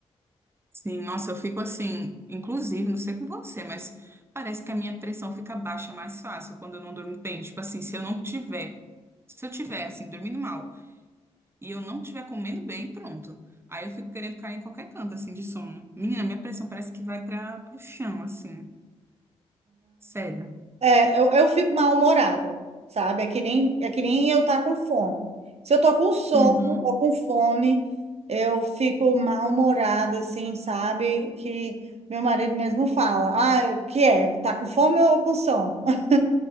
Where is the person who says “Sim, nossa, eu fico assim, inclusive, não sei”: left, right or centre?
Right